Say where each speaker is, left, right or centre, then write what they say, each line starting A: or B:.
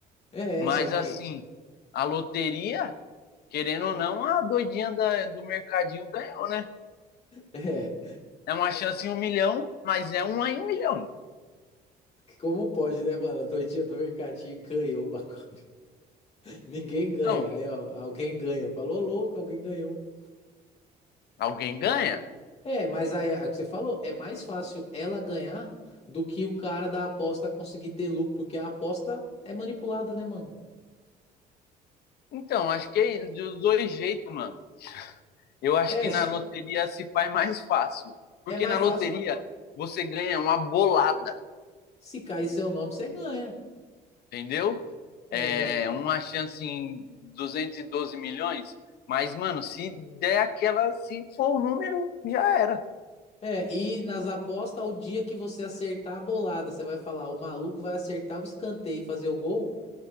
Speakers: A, on the left; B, on the left.
A: É,
B: Mas
A: só que.
B: assim, a loteria, querendo ou não, a doidinha da- do mercadinho ganhou, né?
A: É,
B: É uma chance em um milhão, mas é uma em um milhão.
A: Como pode, né, mano? A doidinha do mercadinho ganhou o bagulho. <laughs> Ninguém
B: Então,
A: ganha. Aí, ó, alguém ganha. Falou louco, alguém ganhou.
B: alguém ganha?
A: É, mas aí, é o que você falou, é mais fácil ela ganhar do que o cara da aposta conseguir ter lucro, porque a aposta é manipulada, né, mano?
B: Então, acho que é dos dois jeitos, mano. Eu acho
A: É,
B: que na
A: s-
B: loteria se faz mais fácil. Porque
A: é mais
B: na loteria
A: fácil
B: você ganha uma bolada,
A: se cair seu nome, você ganha.
B: entendeu?
A: É,
B: É uma chance em 212 milhões. Mas, mano, se der aquela, se for o número, já era.
A: é, e nas apostas, o dia que você acertar a bolada, você vai falar, o maluco vai acertar o escanteio e fazer o gol,